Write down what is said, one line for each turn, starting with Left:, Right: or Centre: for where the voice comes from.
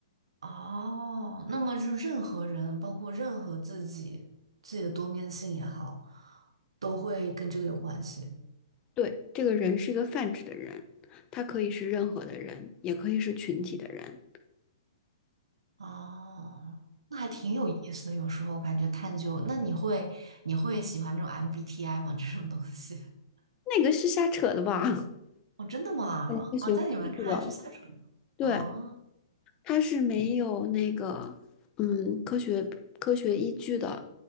Right: 哦，那么就任何人，包括任何自己，自己的多面性也好，都会跟这个有关系。
Left: 对，这个人是一个泛指的人，他可以是任何的人，也可以是群体的人。
Right: 哦，那还挺有意思的。有时候感觉探究，那你会你会喜欢这种 MBTI 吗？这种东西？<laughs>
Left: 那个是瞎扯的吧？<laughs>
Right: 哦，真的吗？
Left: 科学不是的
Right: 哦，在你们看来是相处
Left: 对，
Right: 哦。
Left: 它是没有那个嗯科学科学依据的，